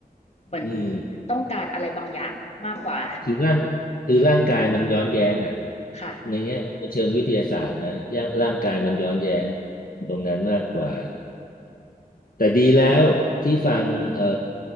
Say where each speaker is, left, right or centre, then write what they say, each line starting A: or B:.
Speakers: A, on the left (about 40°); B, on the left (about 60°).
A: เหมือน
B: อืม
A: ต้องการอะไรบางอย่างมากกว่า
B: คือร่างคือร่างกายมันย้อนแย้งอ่ะ
A: ค่ะ
B: ในเงี้ยในเชิงวิทยาศาสตร์นะร่างร่างกายมันย้อนแย้งตรงนั้นมากกว่า แต่ดีแล้วที่ฟังเอ่อ